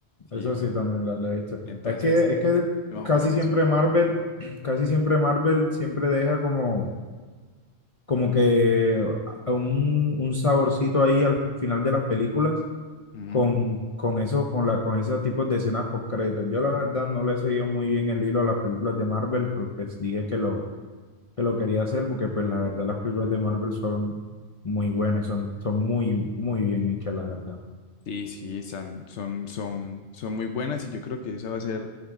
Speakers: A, on the left; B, on the left.
A: eso
B: Y bueno,
A: sí también la, la he visto.
B: entonces,
A: Es que, es que
B: eh, más
A: casi
B: o menos eso.
A: siempre Marvel, <clears throat> casi siempre Marvel siempre deja como, como que a un, un saborcito ahí al final de las películas
B: Ujú.
A: con, con eso, con la, con esos tipos de escenas post créditos. Yo la verdad no le he seguido muy bien el hilo a las películas de Marvel, porque pues dije que lo, que lo quería hacer, porque pues la verdad las películas de Marvel son muy buenas, y son, son muy, muy bien hechas, la verdad.
B: Sí, sí, son, son, son, son muy buenas y yo creo que esa va a ser